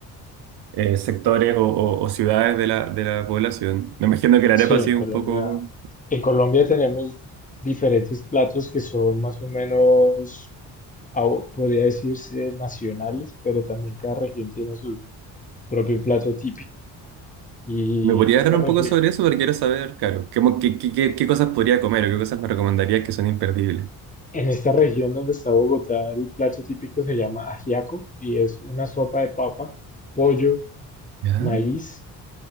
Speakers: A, on the right; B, on the left.
A: eh, sectores o, o- o ciudades de la, de la población. Me imagino que la
B: Sí,
A: arepa
B: en
A: ha sido
B: Colombia,
A: un poco
B: en Colombia tenemos diferentes platos que son más o menos, au- podría decirse, nacionales, pero también cada región tiene su propio plato típico. Y
A: ¿Me podría
B: en esta
A: hablar
B: región,
A: un poco sobre eso? Porque quiero saber, claro, qué, mo- qué, qué, qué- qué cosas podría comer o qué cosas me recomendarías que son imperdibles.
B: en esta región donde está Bogotá, el plato típico se llama ajiaco y es una sopa de papa, pollo,
A: ¿Ya?
B: maíz